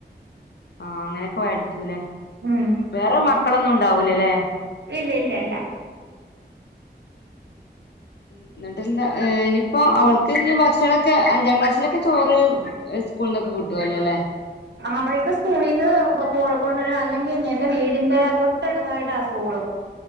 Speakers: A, on the left (about 70°); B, on the right (about 75°).
A: ആഹ് അങ്ങനെയൊക്കെ മേടിച്ചുല്ലേ
B: ഉം
A: വേറെ മക്കളൊന്നും ഉണ്ടാവൂലല്ലേ
B: ഇല്ല ഇല്ല അല്ല
A: എന്നിട്ട് എന്താ ഏഹ് ഇനിയിപ്പോ അവൾക്ക് ഇനി ഭക്ഷണൊക്കെ അഞ്ചാം ക്ലാസ്സിലൊക്കെ ചോറ് സ്കൂളിൽന്നൊക്കെ കിട്ടുവല്ലോല്ലേ
B: അവളുടെ സ്കൂളീന്ന് <unintelligible> കൊണ്ട് വരും അല്ലെങ്കിൽ എന്റെ വീടിന്റെ തൊട്ടടുത്തായിട്ടാ സ്കൂളും